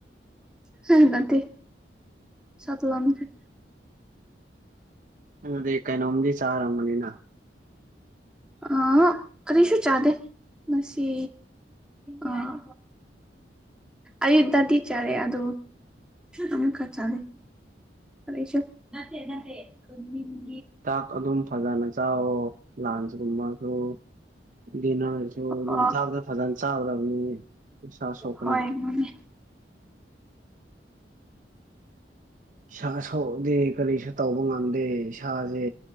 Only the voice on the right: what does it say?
ꯑꯗꯨꯗꯤ ꯀꯩꯅꯣꯝꯗꯤ ꯆꯥꯔꯝꯒꯅꯤꯅ
ꯇꯥꯛ ꯑꯗꯨꯝ ꯐꯖꯅ ꯆꯥꯎꯋꯣ ꯂꯥꯟꯁꯒꯨꯝꯃ ꯂꯣꯛ ꯗꯤꯟꯅꯔꯁꯨ
ꯑꯗꯨꯝ ꯆꯥꯛꯗ ꯐꯖꯅ ꯆꯥꯒꯗꯕꯅꯤ ꯏꯁꯥ ꯁꯣꯛꯄꯅꯤ
ꯏꯁꯥ ꯁꯣꯛꯎꯗꯤ ꯀꯔꯤꯁꯨ ꯇꯧꯕ ꯉꯝꯗꯦ ꯏꯁꯥꯖꯦ